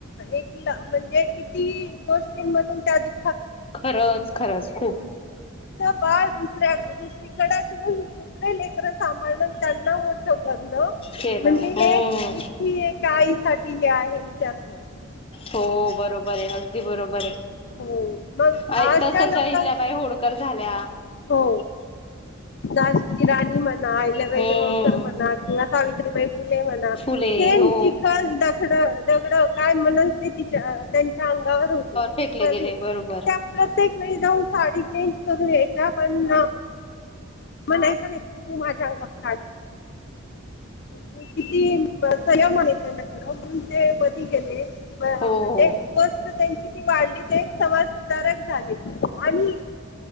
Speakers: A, on the left (about 50°); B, on the left (about 25°).
A: एक म्हणजे किती गोष्टीं दुः
B: खरंच खरंच खूप
A: बाळ दुसऱ्या दुसरीकडे ठेवून दुसरे लेकर सांभाळण त्यांना मोठो कर
B: केलं
A: म्हणजे
B: हम्म
A: हे किती आई साठी हे विचार सणार
B: हो बरोबर आहे दी बरोबर
A: हो मग
B: आहेई
A: अशा
B: तसच्या
A: लोकां
B: इल्याबाई होडकर झाल्या
A: हो दशीची राणी म्हणायल्या वहिले
B: हम्म
A: गावकर म्हणा किंवा सावित्रीबाई फुले म्हणा
B: फुले
A: शेन
B: हो
A: चिखल ड दगडं काय म्हणल ते तिच्या त्यांच्या अंगावर होतीरी
B: फेकले गेले बरोबर
A: त्या प्रत्येक जाऊन साडी चेंज करून या्यायच्या पण मग नाही तर निकी तू माझ्या अंगाात का म्हणजे किती संयमन य त्यांच्याकडं म्हणून ते बधी गेले म्हणजे
B: हो हो
A: वस्त त्यांची ती वाढली ते समाज सुधारक झाले आणि